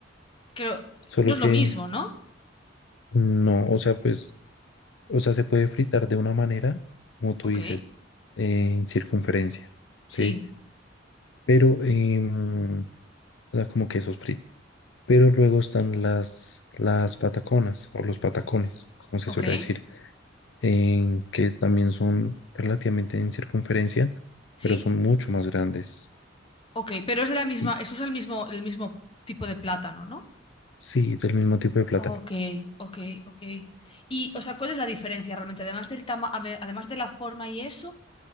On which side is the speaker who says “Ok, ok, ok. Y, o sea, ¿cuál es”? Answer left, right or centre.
Left